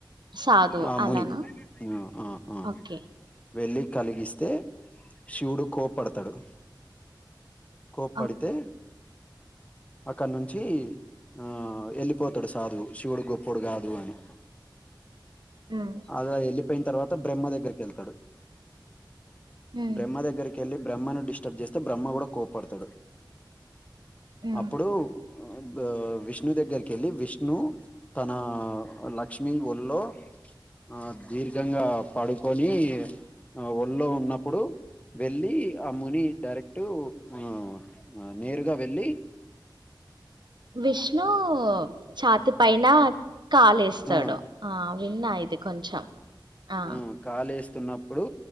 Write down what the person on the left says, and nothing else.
ఆ
ముని ఆ ఆ ఆ
వెళ్లి కలిగిస్తే శివుడు కోప్పడుతడు కోప్పడితే
అక్కడ నుంచి ఆ యెళ్ళిపోతడు సాధువు శివుడు గొప్పోడు గాదు అని
అలా యెళ్ళిపోయిన తర్వాత బ్రహ్మ దగ్గరికెళ్తడు
బ్రహ్మ దగ్గరి కెళ్ళి బ్రహ్మను డిస్టర్బ్ చేస్తే బ్రహ్మ కూడా కోప్పడుతడు
అప్పుడు ఆ బా విష్ణు దగ్గరికెళ్ళి విష్ణు తన లక్ష్మి ఒళ్ళో ఆ దీర్ఘంగా పడుకొనీ అ ఒళ్ళో ఉన్నప్పుడు వెళ్ళి ఆ ముని డైరెక్ట్ ఆ అ నేరుగా వెళ్ళి
ఆ
ఉమ్మ్ కాలేస్తున్నప్పుడు